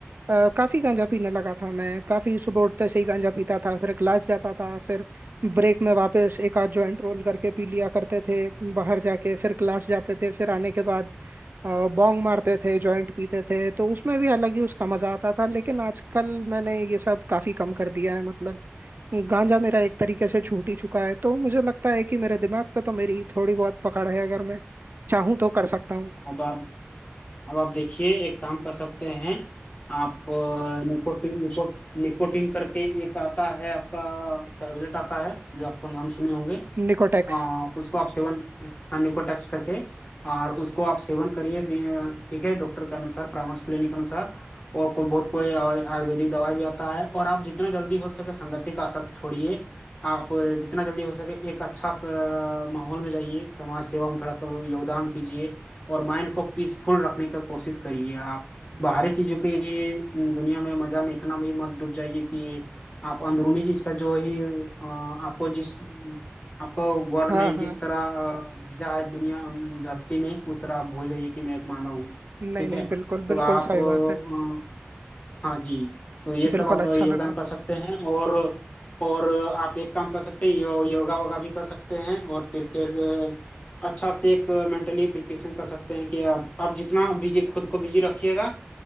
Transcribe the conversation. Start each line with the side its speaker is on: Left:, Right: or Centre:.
Right: अ, काफी गांजा पीने लगा था मैं काफी सुबह उठते से ही गांजा पीता था फिर क्लास जाता था फिर ब्रेक में वापस एक आध जॉइंट रोल करके पी लिया करते थे बाहर जाके फिर क्लास जाते थे फिर आने के बाद अ, बॉन्ग मारते थे जॉइंट पीते थे तो उसमें भी अलग ही उसका मजा आता था लेकिन आजकल मैंने ये सब काफी कम कर दिया है मतलब गांजा मेरा एक तरीके से छूट ही चुका है तो मुझे लगता है कि मेरे दिमाग पे तो मेरी थोड़ी बहुत पकड़ है अगर मैं चाहूँ तो कर सकता हूँ
Left: अब आप अब आप देखिए एक काम कर सकते हैं आप अ, निकोटिन निको, निकोटिन करके एक आता है आपका टैबलेट आता है जो आपको नाम सुने होंगे
Right: निकोटेक्स
Left: आ, उसको आप सेवन हाँ निकोटेक्स करके और उसको आप सेवन करिए दे- ठीक है डॉक्टर के अनुसार परामर्श लेने के अनुसार और कोई बहुत कोई आय- आयुर्वेदिक दवाई भी आता है और आप जितना जल्दी हो सके संगति का असर छोड़िए आप जितना जल्दी हो सके एक अच्छा सा माहौल में जाइए समाज सेवा में थोड़ा को योगदान कीजिए और माइंड को पीसफुल रखने का कोशिश करिए आप बाहरी चीजों की दुनिया में मजा में इतना भी मत डूब जाइए कि आप अंदरूनी चीज का जो ही अ, आपको जिस आपको गॉड
Right: हाँ
Left: ने
Right: हाँ
Left: जिस तरह अ, भेजा है दुनिया धरती में उस तरह आप भूल जाइए कि मैं एक मानव हूँ
Right: नहीं
Left: ठीक
Right: नहीं
Left: है
Right: बिल्कुल
Left: तो
Right: बिल्कुल
Left: आप
Right: सही
Left: अ,
Right: बात है
Left: हाँ जी तो ये सब
Right: बिल्कुल
Left: आप
Right: अच्छा
Left: योगदान
Right: लगा
Left: कर सकते हैं और और आप एक काम कर सकते हैं यो, योगा वोगा भी कर सकते हैं और फिर फिर अ, अच्छा से एक मेंटली प्रिपरेशन कर सकते हैं कि आप आप जितना बिजी खुद को बिजी रखिएगा